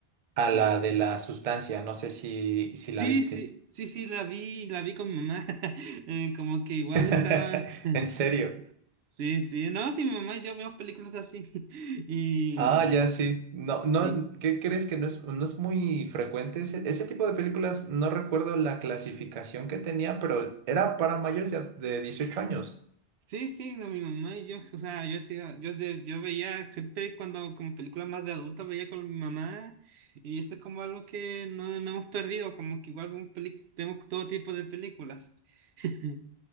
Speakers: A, on the right; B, on the right.
A: a
B: mm,
A: la de la sustancia. No sé si, si
B: Sí,
A: la viste.
B: sí, sí, sí, la vi, la vi con mi mamá. <laughs> Eh, como que igual
A: <laughs>
B: estaba. <laughs>
A: En serio.
B: Sí, sí. No, sí, mi mamá y yo vemos películas así. <laughs> Y
A: Ah, ya
B: mm,
A: sí. No, no,
B: sí.
A: ¿qué crees que no es, no es muy frecuente? Ese, ese tipo de películas, no recuerdo la clasificación que tenía, pero era para mayores de, de 18 años.
B: Sí, sí, no, mi mamá y yo, o sea, yo hacía- yo, de- yo veía siempre cuando como películas más de adultos veía con mi mamá y eso es como algo que no, no hemos perdido, como que igual vemos, peli- vemos todo tipo de películas. <laughs>